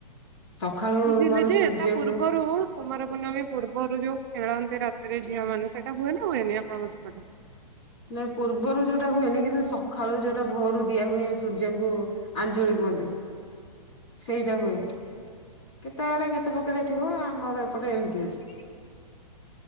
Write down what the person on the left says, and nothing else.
ସକାଳୁ
କଣ
ସୂର୍ଯ୍ୟଙ୍କୁ
ନାଇଁ ପୂର୍ବରୁ ଯୋଉଟା ହୁଏନି, କିନ୍ତୁ ସକାଳୁ ଯୋଉଟା ଭୋରୁ ଦିଆ ହୁଏ ସୂର୍ଯ୍ୟଙ୍କୁ ଆଞ୍ଜୁଳି କୁହନ୍ତି। ସେଇଟା ହୁଏ। କେତେ ଆଡେ କେତେ ପ୍ରକାର ଥିବ। ଆମର ଏପଟେ ଏମିତି ଅଛି।